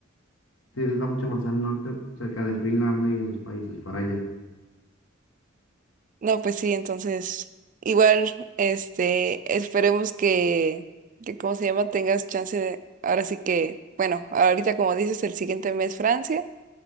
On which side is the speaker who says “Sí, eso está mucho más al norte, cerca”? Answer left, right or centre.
Left